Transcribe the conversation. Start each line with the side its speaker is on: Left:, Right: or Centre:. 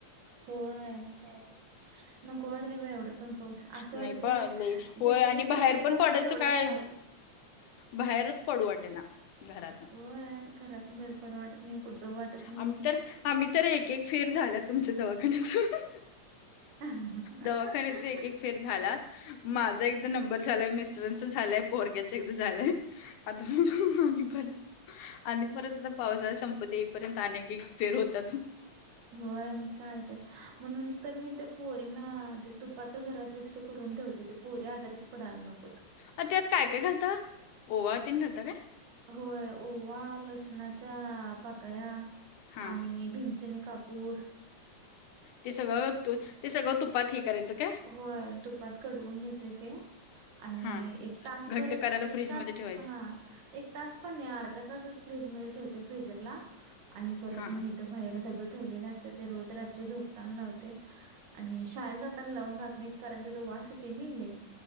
Right: होय मग काय तर नको वाटते बा एवढं पण पाऊस असं
Left: नाही
Right: वाटते
Left: बा लई. होय
Right: जिथं
Left: आणि
Right: जिथं
Left: बाहेर
Right: शेत
Left: पण
Right: असते
Left: पडायचं
Right: तेवढंच
Left: काय
Right: पडावं
Left: बाहेरच पडू वाटे ना घरात.
Right: होय घरातून बाहेर पडू वाटतं नाही कुठं जाऊ वाटतं नाही.
Left: आम्ही तर आम्ही तर एक एक फेर झाला तुमच्या दवाखान्यात.
Right: होय
Left: दवाखान्याच एक- एक फेर झालात माझा एकदा नंबर झालाय मिस्टरांचा झालंय पोरग्याच एकदा झालंय. आता आणि परत आणि परत आता पावसाळा संप - प तेईपर्यंत आणने फेर होतात.
Right: हम्म, होय मग काय तर म्हणून तर मी ते पोरींना ते तुपाच घरात विक्स करून ठेवते ते. पोरी आजारचं पडाला नकोत.
Left: अ त्यात काय काय घालता ओवा तन घालता का?
Right: होय ओवा लसुणाच्या पाकळ्या
Left: हां.
Right: आणि भिमसेनी काप. कापुर.
Left: ते सगळं त ते सगळं तुपात हे करायचं काय?
Right: होय तुपात कडवून घेते ते. आणि
Left: हां.
Right: एक तासभरच
Left: घट्ट करायला
Right: एक
Left: फ्रिजमध्ये
Right: तास
Left: ठेवायचं.
Right: हा. एक तास पण नाही अर्ध्या तासच फ्रीज मध्ये ठेवते फ्रीजरला आणि परत
Left: हां,
Right: मग
Left: हां.
Right: बाहेर डबे. ठेवले असते ते रोज रात्री झोपताना लावते आणि शाळेला जातं. पण लावून जात नाहीत कारण त्या तो वास ते नेले.